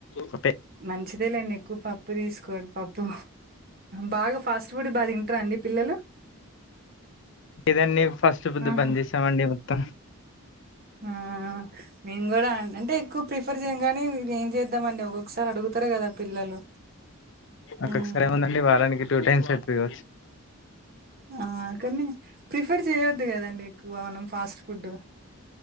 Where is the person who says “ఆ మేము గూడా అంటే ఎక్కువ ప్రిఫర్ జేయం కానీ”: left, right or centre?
Right